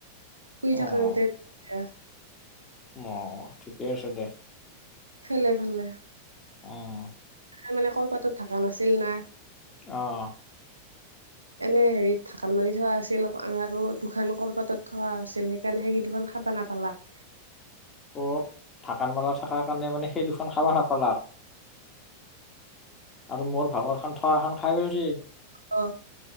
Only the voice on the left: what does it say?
অ',
অ ঠিকে আছে দে।
অ'।
অ'।
অ ঢাকান মাৰা থাকাৰ কাৰণে মানে সেই দুখন খাবা নাপালাক। আৰু মোৰ ভাগৰ খান থোৱাখন খাই গৈছি।